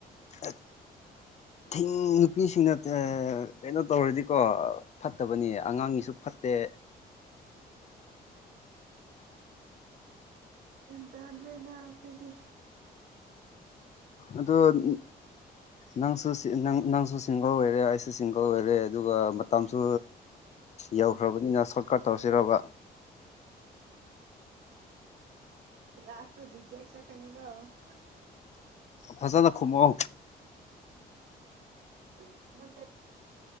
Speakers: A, on the left; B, on the right.
A: ꯑ ꯤꯡ ꯅꯨꯄꯤꯁꯤꯡꯅ ꯀꯩꯅꯣ ꯇꯧꯔꯗꯤꯀꯣ ꯐꯠꯇꯕꯅꯤ ꯑꯉꯥꯡꯒꯤꯁꯨ ꯐꯠꯇꯦ ꯎꯆ
B: ꯌꯥꯝꯟ ꯇꯥꯗ꯭ꯔꯣꯏꯗ ꯑꯩꯈꯣꯏꯗꯤ
A: ꯑꯗꯣꯝ ꯅꯪꯁꯨ ꯅꯪꯁꯨ ꯁꯤꯡꯒꯜ ꯑꯣꯏꯔꯦ ꯑꯩꯁꯨ ꯁꯤꯡꯒꯜ ꯑꯣꯏꯔꯦ ꯑꯗꯨꯒ ꯃꯇꯝꯁꯨ ꯌꯧꯈ꯭ꯔꯕꯅꯤꯅ ꯁꯣꯔꯠꯀꯠ ꯇꯧꯔꯁꯤꯔꯕ
B: ꯂꯥꯁꯇ ꯨꯖ ꯆ ꯈꯅꯤꯒꯣ
A: ꯐꯁꯗꯈꯨꯝꯃ
B: ꯎ ꯃꯦ